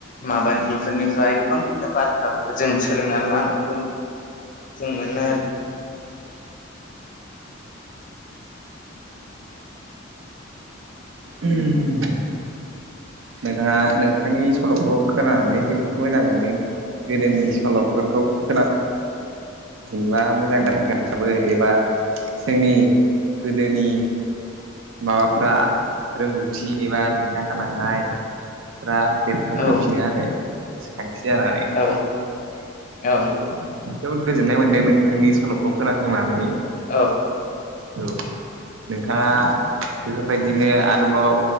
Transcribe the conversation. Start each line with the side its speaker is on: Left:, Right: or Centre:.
Left: माबानि बेफोरनिफ्राय गोबां बिदिनो बाथ्राफोर जों सोलोंनानै लानांगौ। जों मोनो आरोखि।
Right: उम नोंथाङा नोंथांनि सल'खौ खोनानानै जोबोद मोजां मोनदों। गोदोनि सल'फोरखौ खोना जेनेबा मोजां <unintelligible> एबा जोंनि गोदोनि माबाफ्रा रोंगौथि एबा लिरना गालांनायफोरा बेरखांफैफिनो
Left: आरो
Right: आरो गोसोखांथि जानानै। थ'
Left: औ औ
Right: जोबोर गोजोननाय मोनदों नोंथांनि सल'खौ खोनासंनानै।
Left: औ
Right: औ नोंथाङा बेफोरबायदिनो आरोबाव